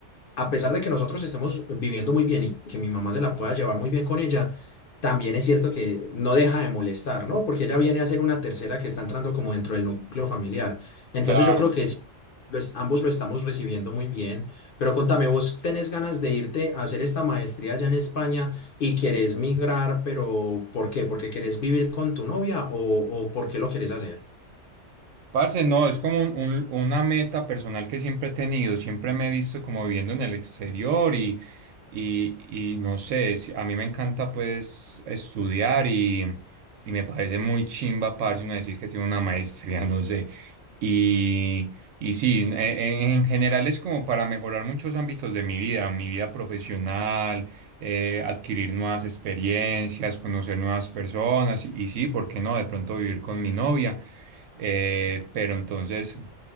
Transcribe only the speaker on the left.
a pesar de que nosotros estemos viviendo muy bien y que mi mamá se la pueda llevar muy bien con ella, también es cierto que no deja de molestar, ¿no? Porque ella viene a ser una tercera que está entrando como dentro del núcleo familiar. Entonces
yo creo que sí, lo es- ambos lo estamos recibiendo muy bien. Pero contame, ¿vos tenés ganas de irte a hacer esta maestría allá en España y querés migrar, pero ¿por qué? ¿Porque querés vivir con tu novia o, o por qué lo querés hacer?